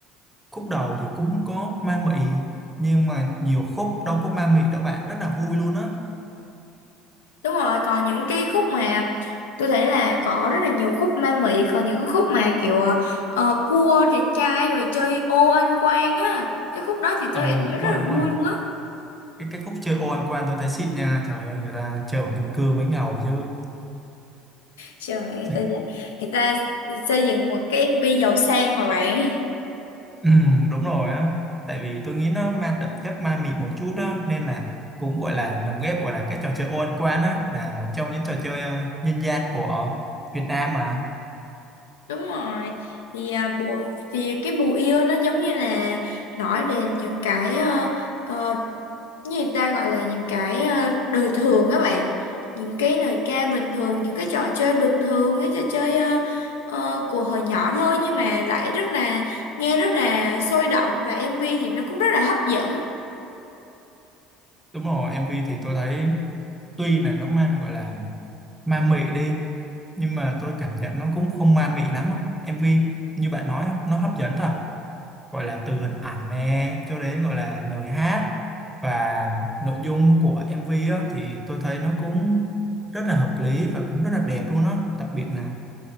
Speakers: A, in the centre; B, on the left.
A: khúc đầu thì cũng có ma mị nhưng mà nhiều khúc đâu có ma mị đâu bạn rất là vui luôn á
B: Đúng rồi, còn những cái khúc mà Tôi thấy là có rất là nhiều khúc ma mị Còn những khúc mà kiểu ờ, ờ, cua, chàng trai rồi chơi ô anh quan á Cái khúc đó thì
A: ừ
B: tôi lại thấy
A: đúng
B: rất
A: rồi
B: là
A: đúng
B: vui
A: rồi
B: luôn á
A: cái cái khúc chơi ô ăn quan tôi thấy xịn nha trời ơi người ta chơi bằng kim cương mới ngầu chứ
B: Trời ơi, người
A: <laughs>
B: ta dạ- người ta xây dựng một cái MV giàu sang mà bạn.
A: ừ, đúng rồi á tại vì tôi nghĩ nó mang đậm chất ma mị một chút đó nên là cũng gọi là lồng ghép gọi là cái trò chơi ô ăn quan á là một trong những trò chơi ờ, nhân gian của Việt Nam mà
B: Đúng rồi. Thì à, bộ thì cái bùa yêu nó giống như là nói đến những cái ờ, ờ, như người ta gọi là những cái ờ, đời thường á bạn. Những cái lời ca bình thường, những cái trò chơi bình thường, những trò chơi ờ, ờ, của hồi nhỏ thôi nhưng mà lại rất là nghe rất là sôi động và MV thì nó cũng rất là hấp dẫn.
A: đúng rồi MV thì tôi thấy tuy là nó mang gọi là ma mị đi nhưng mà tôi cảm nhận nó cũng không ma mị lắm á MV như bạn nói á, nó hấp dẫn thật gọi là từ hình ảnh nè cho đến gọi là lời hát và nội dung của MV á, thì tôi thấy nó cũng rất là hợp lý và cũng rất là đẹp luôn á đặc biệt là